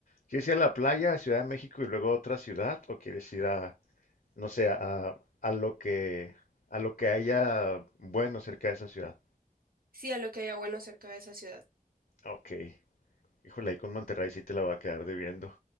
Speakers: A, on the left; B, on the right.
A: quieres ir a la playa, a Ciudad de México y luego a otra ciudad o quieres ir a, no sé, a, a lo que, a lo que haya bueno cerca de esa ciudad?
B: Sí, a lo que haya bueno cerca de esa ciudad.
A: Ok, híjole, ahí con Monterrey sí te la va a quedar debiendo.